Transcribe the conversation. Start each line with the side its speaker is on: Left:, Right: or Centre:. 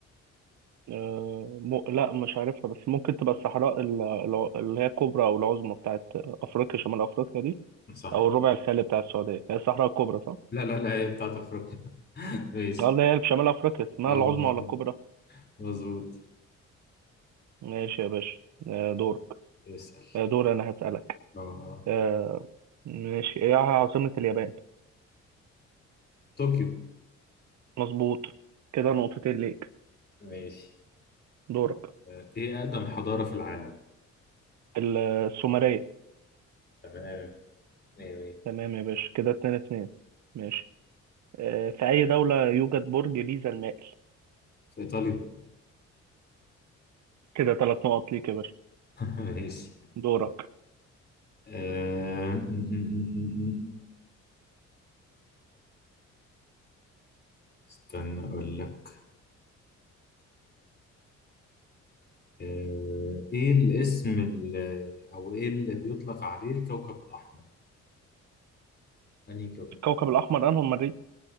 Right: آه، م... لا مش عارفها بس ممكن تبقى الصحراء ال- الع- اللي هي الكبرى او العظمى بتاعت افريقيا شمال افريقيا دي
Left: صح
Right: او الربع الخالي بتاع السعوديه هي الصحراء الكبرى صح؟
Left: لا لا لا هي بتاعت افريقيا <laughs> ماشي
Right: اه اللي هي في شمال افريقيا اسمها
Left: اه
Right: العظمى
Left: مظبوط
Right: ولا الكبرى؟
Left: مظبوط
Right: ماشي يا باشا آه، دورك
Left: اسأل
Right: آه، دور انا هسألك
Left: اه
Right: آه، ماشي ايه عاصمة اليابان؟
Left: طوكيو
Right: مظبوط كده نقطتين ليك
Left: ماشي
Right: دورك
Left: آه، ايه أقدم حضارة في العالم؟
Right: ال- السومرية
Left: تمام مية مية
Right: تمام يا باشا كده اتنين اتنين ماشي آه، في أي دولة يوجد برج بيزا المائل؟
Left: في إيطاليا <laughs>
Right: كده تلات نقط ليك يا باشا
Left: ماشي
Right: دورك
Left: آه، م- م- م- م- م. استنى أقول لك آه، إيه الاسم اللي أو إيه اللي بيطلق عليه الكوكب الأحمر؟ أنهي كوكب؟
Right: الكوكب الأحمر أنهم مريء